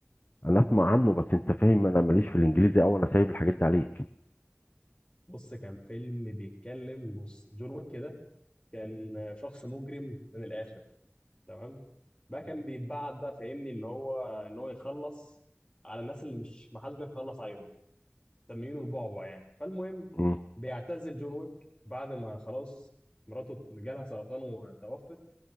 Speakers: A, on the left; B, on the left.
A: انا اسمع عنه بس انت فاهم انا ماليش في الانجليزي قوي انا سايب الحاجات دي عليك
B: بص كان فيلم بيتكلم بص جون ويك كده كان آه، شخص مجرم من الاخر تمام بقى كان بيتبعت بقى فاهمني اللي هو ان هو يخلص على الناس اللي مش ما حدش بيعرف يخلص عليهم مسميينه البعبع يعني فالمهم
A: مم.
B: بيعتزل جون ويك بعد ما خلاص مراته جالها سرطان وتوفت